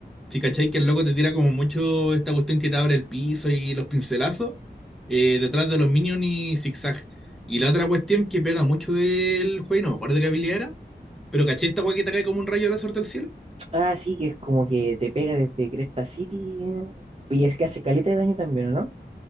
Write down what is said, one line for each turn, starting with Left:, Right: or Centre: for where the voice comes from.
Centre: Si cachai que el loco te tira como mucho esta cuestión que te abre el piso y los pincelazos eh, detrás de los minions y zigzag. Y la otra cuestión que pega mucho del juego, y no me acuerdo qué habilidad era, pero caché esta weá que te cae como un rayo láser del cielo.
Right: Ah, sí, que es como que te pega desde Cresta City. eh. Y es que hace caleta de daño también, ¿o no?